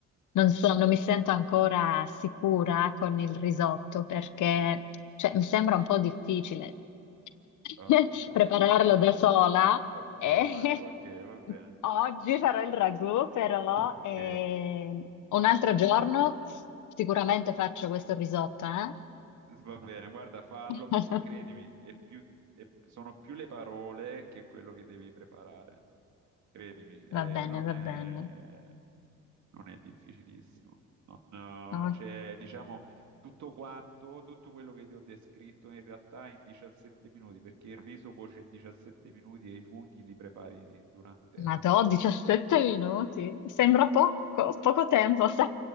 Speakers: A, on the left; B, on the right.
A: non so, non mi sento ancora sicura con il risotto perché cioè, mi sembra un po' difficile <laughs>
B: Oh, no.
A: prepararlo
B: Oh,
A: da sola.
B: Ok,
A: E
B: ma- ok, va
A: <laughs>
B: bene.
A: oggi farò il ragù, però
B: Ok,
A: eh, un altro giorno sicuramente faccio questo risotto, eh?
B: va bene, guarda, fallo
A: <laughs>
B: perché credimi, è più- è- sono più le parole che quello che devi preparare. Credimi, eh,
A: Va bene,
B: non è,
A: va bene.
B: non è difficilissimo. Non,
A: Ok.
B: eh, c'è, diciamo, tutto quanto, tutto quello che ti ho descritto in realtà in 17 minuti, perché il riso cuoce in 17 minuti e i funghi li prepari durante
A: Madò,
B: la cottura.
A: 17 minuti, sembra poco, poco tempo, <laughs> sai?